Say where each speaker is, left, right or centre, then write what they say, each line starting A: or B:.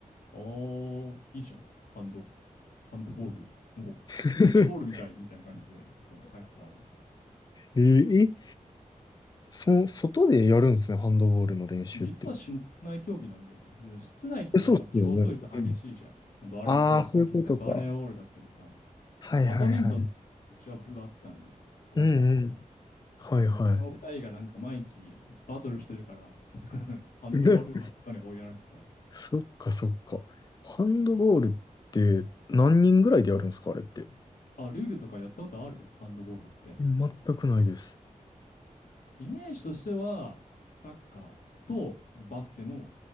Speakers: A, on the left; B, on the left.
A: ー、いいじゃん。ハンド、ハンドボール。おうドッジボールみたいみたいな感じで、
B: <laughs>
A: そう、入った。
B: ええ、そ、外でやるんですね、ハンドボールの練習って。
A: 実は室内競技なんだよね。その室内ってやっぱ競争率激しいじゃん。
B: え、そうっすよね。うん。
A: バレー、
B: ああ、
A: そう、
B: そういうことか。
A: さっきさ、バレーボールだったりさ、
B: はいはいはい。
A: バドミントンとかもうちは部あったのよ。高校の。
B: うんうん。はいは
A: でもその二人がなんか毎日バトルしてるから <laughs> ハンドボールは外に追いやられてた。
B: い。<laughs> そっかそっか。ハンドボールって何人ぐらいでやるんですか、あれって。
A: あ、ルールとかやったことあるハンドボールって。
B: 全くないです。
A: イメージとしては、サッカーとバスケの